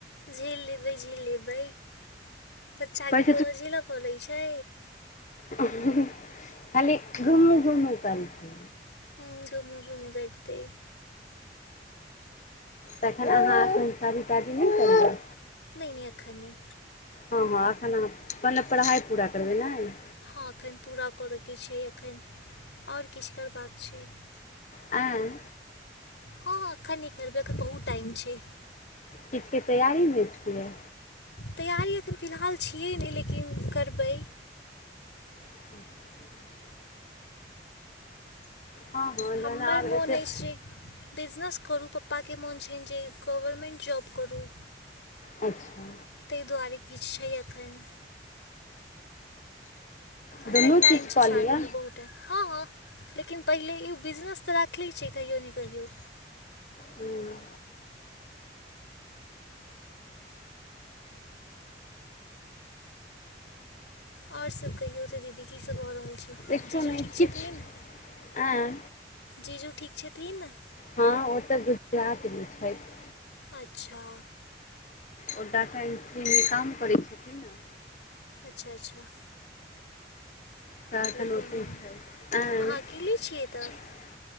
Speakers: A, on the left; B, on the left.
A: झेल लेबै, झेल लेबै बच्चाके
B: कहै
A: कोनो झेलय पड़ैत छै।
B: हँ-हँ खाली घुमू-घुमू करतै।
A: ह घूमू-घूमू देखतइ
B: तखन अहाँ एखन शादी-तादी नहि करबै?
A: नहि-नहि एखन नइ।
B: हँ-हँ एखन अहाँ मतलब पढ़ाइ पूरा करबै नइ।
A: हँ एखन पूरा करयके छै अखन, आओर किछु करबाक छै।
B: ऐं
A: हँ-हँ अखन नइ करबै अखन बहुत टाइम छै।
B: किछुके तैयारी में छियै?
A: तैयारी अखन फिलहाल छियै नहि लेकिन करबै।
B: <inaudible> हँ हँ
A: हम्मर
B: जहन आब
A: मोन
B: एतेक
A: अछि जे बिजनेस करू पप्पाके मोन छनि जे गवर्मेंट जॉब करू।
B: अच्छा
A: ताहि दुआरे किछु छै एखन। अखन
B: दुनू
A: टाइम
B: चीज
A: छै
B: कऽ
A: शादी
B: लिअ
A: मे बहुत हँ-हँ लेकिन पहिले इ बिजनेस तऽ राखनेे छी कहियो नहि कहियो।
B: हूँ
A: आओर सभ कहियौ तऽ दीदी कीसभ भऽ रहल छै।
B: देखियौ
A: जीजू
B: ने
A: ठीक
B: किछु
A: छथिन?
B: आँय
A: जीजू ठीक छथिन?
B: हँ ओ तऽ गुजरातमे छैथ।
A: अच्छा
B: ओ डाटा इंट्री के काम करै छथिन ना।
A: अच्छा-अच्छा
B: प्रारथनो
A: कोनो
B: ठीक
A: नहि
B: छै ऐँ
A: अहाँ
B: <unintelligible>
A: अकेले छिए तऽ